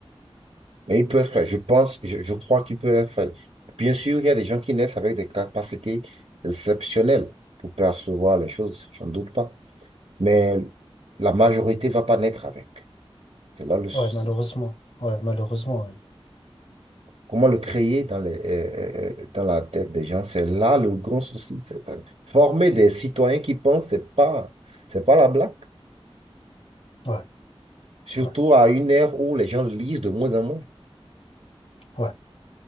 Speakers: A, on the right (about 80°); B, on the left (about 65°).
A: Mais ils peuvent faire, je pense, je, je crois qu'ils peuvent faire. Bien sûr, il y a des gens qui naissent avec des capacités exceptionnelles pour percevoir les choses, j'en doute pas. Mais la majorité va pas naître avec. C'est là le souci.
B: Ouais, malheureusement. Ouais, malheureusement, oui.
A: Comment le créer dans les, euh, euh, dans la tête des gens, c'est là le grand souci. c'est ça. Former des citoyens qui pensent, c'est pas, c'est pas la blague.
B: Ouais,
A: Surtout
B: ouais,
A: à une ère où les gens lisent de moins en moins,
B: ouais,